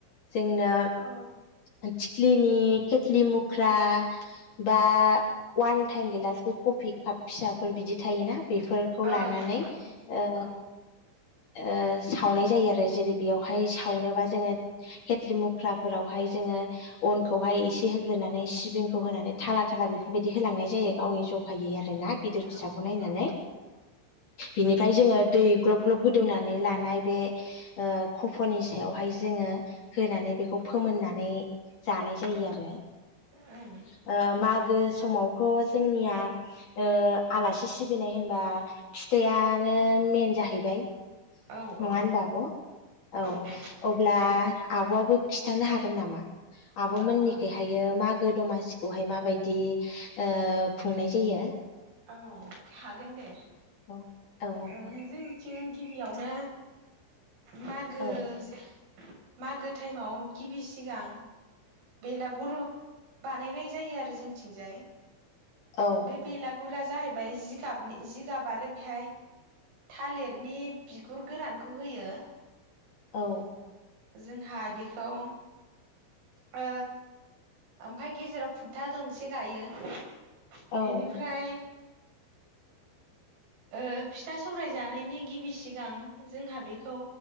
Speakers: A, on the left; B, on the right.
A: जोंना
B: औ
A: थिख्लिनि केेटलि मुख्रा बा वान टाइम गैलासबो कफि काप फिसाफोर बिदि थायोना बेफोरखौ
B: ओं
A: लानानै ओ
B: ओं
A: ओ सावनाय जायो आरो जेरै बेयावहाय सावनोबा जोङो खेथलि मुख्राफोरावहाय। जोङो अनखौहाय एसे होग्रोनानै सिबिंखौ होनानै थाला थाला बेफोरबायदि होलांनाय जायो गावनि जखायै आरो। ना गिदिर
B: थायो
A: फिसाखौ
B: ओं
A: नायनानै।
B: औ
A: बिनिफ्राय जोङो दै ग्लब ग्लब गोदौनानै लानाय बे ओ कफ'नि सायावहाय जोङो होनानै बेखौ फोमोनना नै जानाय जायो आरो। ओ
B: ओं
A: मागो समाव। थ जोंनिया ओ आलासि सिबिनाय होनबा फिथायानो मेन जाहैबाय।
B: औ
A: नङा
B: औ
A: होनबा आब' औ
B: दे खिन्थाबाय
A: अब्ला
B: थानाय आं
A: आब'आबो खिथानो हा गोन नामा? आब' मोननिखिहायो
B: औ हागोन
A: मा गो दमासिखौहाय माबायदि ओ खुंनाय जायो।
B: औ हागोन दे।
A: औ औ
B: ओ जों जों गिबियावनो मागो
A: औ
B: जे मागो टाइमाव गिबि सिगां बेलागुर बानायनाय जायो आरो जोंथिंजाय
A: औ
B: बे बेला जाहैबाय जिगाबनि जिगाब आरो बेहाय थालिरनि बिगुर गोरानखौ होयो
A: औ।
B: जोंहा बेखौ ओ ओमफाय गेजेराव खुन्था दोंसे गायो बेनिफ्राय
A: औ
B: ओ फिथा सौराय जानायनि गिबि सिगां जोंहा बेखौ